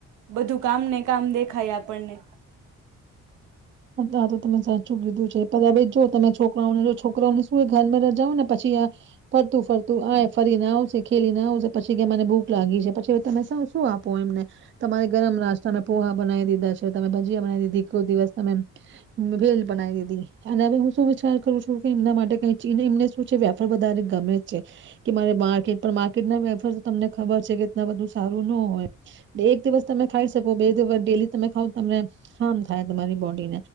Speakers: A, on the right; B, on the right.
A: બધું કામ ને કામ દેખાય આપણને
B: ા તો તમે સાચું કીધું છે પછાઈ જો તમે છોકરાઓને જો છોકરાઓને તું એ ઘરમાં રજાવ ને પછી ફરતું ફરતું આ ફરી ન આવશે ખેલી ન આવશે પછી કે મને ભૂખ લાગી છે પછી તમે શું શું આપ પો એમને તમારે ગરમ નાસ્તા પોહા બનાવી દીધા છે તમે ભજીયા બનાવી દીધી એક દિવસ મવેેલ બનાઈ દીદી અને હું શું વિચાર કરું છું કે એમના માટે ક એમને શું છે વેપાર વધારે ગમે છે કે મારે માર્કેટ પણ માર્કેટ ના વેફર તમને ખબર છે કે બધું સારું ન હોય એક દિવસ તમે ખાઈ શકો બે દિવસ ડેલી તમે ખાવ તમને હારમ થાય તમારે હોતી